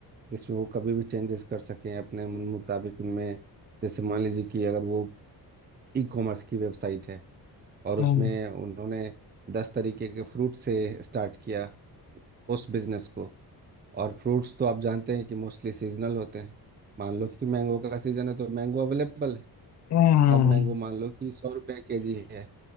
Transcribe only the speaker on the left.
हम्म
हम्म।
हम्म,
हम्म।